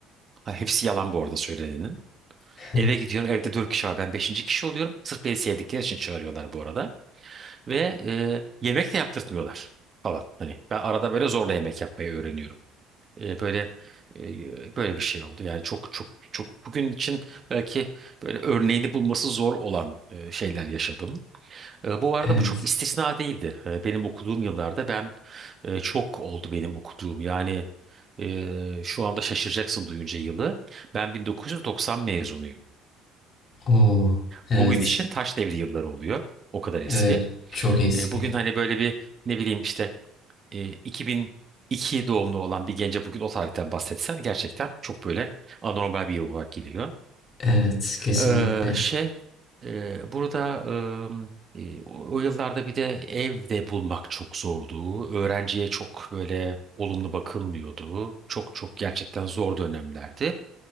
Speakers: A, on the right (about 25°); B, on the left (about 35°).
A: Ha, hepsi yalan bu arada söylenenin.
B: <laughs>
A: Eve gidiyorum evde dört kişi var ben beşinci kişi oluyorum. Sırf beni sevdikleri için çağırıyorlar bu arada. Ve e, yemek de yaptırtmıyorlar falan. Hani ben arada böyle zorla yemek yapmayı öğreniyorum. E, böyle e, böyle bir şey oldu. Yani çok çok çok bugün için belki böyle örneğini bulması zor olan e, şeyler yaşadım. E, bu arada
B: Evet.
A: bu çok istisna değildi. E, benim okuduğum yıllarda ben e, çok oldu benim okuduğum. Yani e, şu anda şaşıracaksın duyunca yılı. Ben 1990 mezunuyum.
B: Oo. Evet.
A: Bugün için taş devri yılları oluyor. O kadar eski.
B: Evet. Çok eski.
A: E, bugün hani böyle bir ne bileyim işte e, 2002 doğumlu olan bir gence bugün o tarihten bahsetsen gerçekten çok böyle anormal bir yıl olarak geliyor.
B: Evet. Kesinlikle.
A: Ee, şey e, burada ım, e, o o yıllarda bir de ev de bulmak çok zordu. Öğrenciye çok böyle olumlu bakılmıyordu. Çok çok gerçekten zor dönemlerdi.